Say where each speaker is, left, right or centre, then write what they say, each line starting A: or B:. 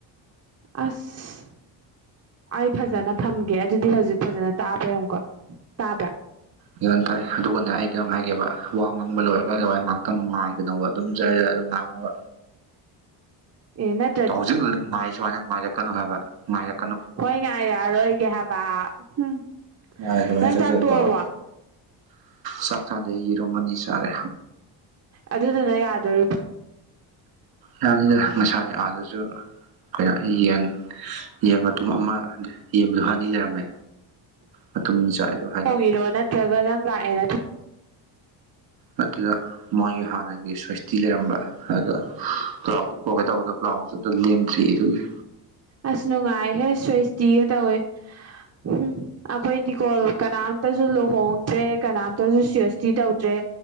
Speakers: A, on the right; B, on the right.
A: ꯑꯁ ꯑꯩ ꯐꯖꯅ ꯊꯝꯒꯦ ꯑꯗꯨꯗꯤ ꯍꯧꯖꯤꯛ ꯐꯖꯅ ꯇꯥꯕ꯭ꯔꯥ ꯌꯦꯡꯉꯨꯀꫭ ꯇꯥꯕ꯭ꯔꯥ
B: ꯒꯤꯌꯟ ꯇꯥꯏ ꯑꯗꯨꯒꯅꯦ ꯑꯩ ꯀꯩꯅꫭꯝ ꯍꯥꯏꯒꯦꯕ ꯋꯥ ꯉꯥꯡꯕ ꯂꯣꯏꯔꯀꯗ ꯑꯩꯗꯨꯃꯥꯏ ꯉꯥꯏꯍꯥꯛꯇꯪ ꯉꯥꯏꯒꯅꫭꯕ ꯑꯗꯨꯝ ꯖꯔ ꯖꯔꯏ ꯑꯗꯨꯝ ꯉꯥꯡꯉꯛꯑꫭꯕ
A: ꯑꯦ ꯅꯠ
B: ꯍꯧꯖꯤꯛ ꯉꯥꯏ ꯁꯨꯃꯥꯏꯅ ꯉꯥꯏꯔꯛꯀꯅꯨ ꯍꯥꯏꯕ ꯉꯥꯏꯔ
A: ꯍꯣꯏ ꯉꯥꯏꯔꯛꯑꯔꯣꯏꯒꯦ ꯍꯥꯏꯕ ꯍꯝ
B: ꯌꯥꯏ ꯑꯗꯨꯃꯥꯏꯅ
A: ꯅꯪ
B: ꯖꯔ
A: ꯆꯥꯛ
B: ꯖꯔ
A: ꯇꯣꯛꯑꯕꯣ
B: ꯇꯧꯔ ꯆꯥꯛ ꯆꯥꯗꯦ‌ꯑꯩ ꯌꯦꯔꯨꯝ ꯑꯅꯤ ꯆꯥꯔꯦ
A: ꯑꯗꯨꯗꯨꯅ ꯌꯥꯗꯣꯔꯤꯕꫭ
B: ꯌꯥꯅꯤꯗ ꯉꯁꯥꯏ ꯑꯥꯗꯨꯁꯨ ꯀꯩꯅꯣ ꯌꯦꯟ ꯌꯦꯟ ꯃꯇꯨꯝ ꯑꯃ ꯌꯦꯡꯕꯗꯣ ꯑꯅꯤ ꯂꯩꯔꯝꯃꯦ ꯃꯇꯨꯝ ꯆꯥꯏꯔꫭ
A: ꯊꫭꯡꯉꯤꯔꯣ ꯅꯠꯇ꯭ꯔꯒ ꯅꯪ ꯂꯥꯛꯑꯦꯅ
B: ꯅꯠꯇꯦꯗ ꯃꯣꯏꯒꯤ ꯍꯥꯟꯅꯒꯤ ꯁ꯭ꯋꯦꯁꯇꯤ ꯂꯩꯔꯝꯕ ꯑꯗ ꯄ꯭ꯂꯥꯎꯗ ꯄꯣꯛꯀꯦ ꯇꯧꯕꯗ ꯄꯕ꯭ꯂꯥꯎꯖꯨꯑꯃꯇ ꯂꯦꯝꯗ꯭ꯔꯦꯌꯦ ꯑꯗꯨꯒꯤ
A: ꯑꯁ ꯅꯨꯡꯉꯥꯏꯍꯦ ꯁ꯭ꯋꯦꯁꯇꯤꯒ ꯇꯧꯋꯦ ꯍꯝ ꯑꯩꯈꯣꯏꯗꯤꯀꯣ ꯀꯅꯥꯝꯇꯁꯨ ꯂꯨꯍꯣꯡꯗ꯭ꯔꯦ ꯀꯅꯥꯝꯇꯁꯨ ꯁꯋꯦ ꯇꯤ ꯇꯧꯗ꯭ꯔꯦ